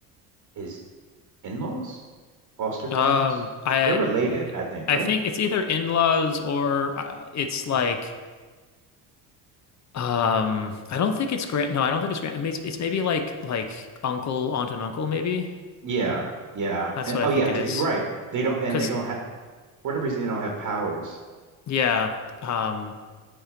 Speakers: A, on the right; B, on the left.
A: his in-laws, foster parents?
B: Um, I
A: They're related, I think,
B: I
A: right?
B: think it's either in-laws or uh, it's like um I don't think it's grand no, I don't think it's grand it's, it's maybe like like uncle, aunt and uncle maybe.
A: Yeah, yeah.
B: That's
A: And,
B: what I
A: oh
B: think
A: yeah,
B: it
A: d-
B: is.
A: right. They don't and
B: Cause
A: they don't have for whatever reason they don't have powers.
B: yeah, um,